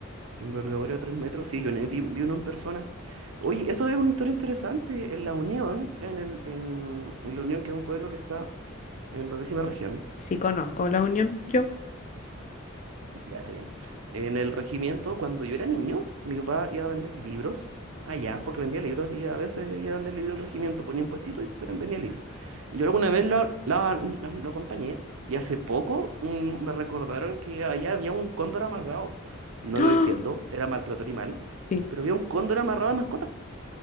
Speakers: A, on the right; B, on the left.
A: ¿Y envergadura de 3 metros? Sí, yo ne- vi, vi uno en persona. Oye, eso es una historia interesante. En La Unión, en, el, en, en La Unión, que es un pueblo que está en la décima región,
B: Sí, conozco la unión, yo.
A: ya está bien. En el regimiento, cuando yo era niño, mi papá iba a vender libros allá, porque vendía libros y a veces iba a vender libros al regimiento, ponía un puestito y ven- vendía libros. Y yo alguna vez lo, la- la- lo acompañé y hace poco mm, me recordaron que allá había un cóndor amarrado. No
B: ¡Ah!
A: lo defiendo, era maltrato animal,
B: Sí.
A: pero había un cóndor amarrado de mascota.